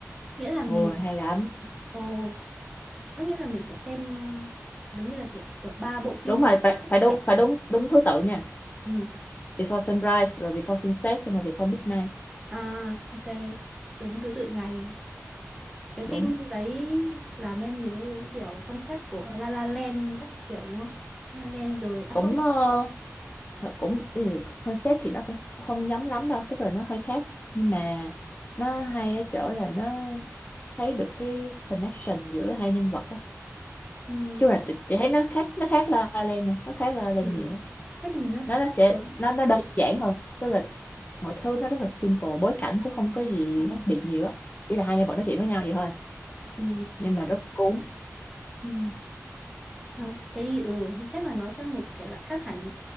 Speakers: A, in the centre; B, on the left (about 30°).
A: nghĩa là mình
B: ôi hay lắm
A: ồ có nghĩa là mình phải xem ờ, giống như là kiểu kiểu ba bộ phim
B: đúng rồi phải phải đúng
A: lẻ
B: phải đúng đúng thứ tự nha
A: ừ
B: Before Sunrise rồi Before Sunset xong rồi Before Midnight
A: à ok đúng thứ tự ngày cái
B: đúng
A: phim đấy làm em nhớ đến kiểu concept của La La Land các kiểu đúng không La La Land rồi à
B: cũng
A: không
B: ờ, thật cũng ừ, concept thì nó cũng không giống lắm đâu tức là nó hơi khác nhưng mà nó hay ở chỗ là nó thấy được cái connection giữa hai nhân vật á
A: ừ,
B: chung là chị, chị thấy nó khác nó khác La La Land nha nó khác La La Land
A: ừ.
B: nhiều
A: ừ.
B: á
A: thế thì nó
B: nó nó
A: sẽ
B: sẽ
A: giống
B: nó nó đơn giản hơn tức là mọi thứ nó rất là simple bối cảnh cũng không có gì
A: ờ,
B: khác biệt nhiều á chỉ là hai nhân vật nói chuyện với nhau vậy thôi
A: ừ.
B: nhưng mà rất cuốn
A: Ừ. Nó, thế thì ừ thế chắc là nó sẽ một cái thể loại khác hẳn